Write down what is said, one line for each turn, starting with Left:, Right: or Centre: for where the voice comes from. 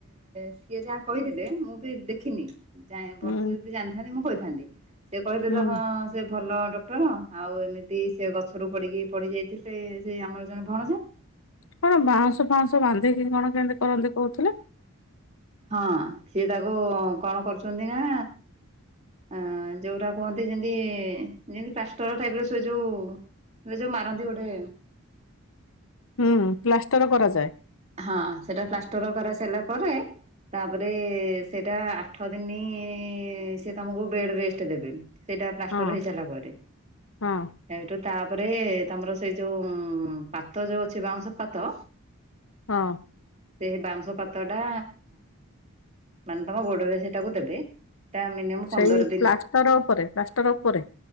Right: ସିଏ ଯାହା କହିଥିଲେ ମୁଁ ବି ଦେଖିନି। ଜାଣେନି ଭଲସେ
Left: ହୁଁ
Right: ଯଦି ଜାଣିଥାନ୍ତି ମୁଁ କହିଥାନ୍ତି ସେ କହିଲେ
Left: ହୁଁ
Right: ତ ହଁ ସେ ଭଲ ଡକ୍ଟର ଆଉ ଏମିତି ସେ ଗଛରୁ ପଡ଼ିକି ପଡ଼ିି ଯାଇଥିଲେ ସେ ଆମର ଜଣେ ଭଣଜା
Left: କଣ ବାଉଁଶ ଫାଉଁଶ ବାନ୍ଧିକି କଣ କେମିତି କରନ୍ତି କହୁଥିଲେ।
Right: ହଁ ଥିଏ ତାକୁ କଣ କରୁଛନ୍ତି ନା ହଁ ଯୋଉଟା କୁହନ୍ତି ଯେମତି ଯେମତି ପାଷ୍ଟର ଟାଇପ ର ସେଇ ଯୋଉ ଏବେ ଯୋଉ ମାରନ୍ତି ଗୋଟେ
Left: ହୁଁ ପ୍ଲାଷ୍ଟର କରାଯାଏ।
Right: ହଁ ସେଟା ପ୍ଲାଷ୍ଟର କରା ସାରଲା ପରେ ତାପରେ ସେଇଟା ଆଠ ଦିନ ସେ ତମକୁ ବେଡ ରେଷ୍ଟ ଦେବେ। ସେଇଟା ପ୍ଲାଷ୍ଟର
Left: ହଁ
Right: ହେଇସାରିଲା ପରେ।
Left: ହଁ
Right: ଏଠୁ ତାପରେ ତମର ସେଇ ଯୋଉ ପାତ ଯୋଉ ଅଛି ବାଉଁଶ ପାତ।
Left: ହଁ।
Right: ସେଇ ବାଉଁଶ ପାତ ଟା ମାନେ ତମ ଗୋଡରେ ସେଇଟାକୁ ଦେବେ। ସେଟା ମିନିମମ୍ ପନ୍ଦର
Left: ସେଇ
Right: ଦିନ
Left: ପ୍ଲାଷ୍ଟର ଉପରେ ପ୍ଲାଷ୍ଟର ଉପରେ?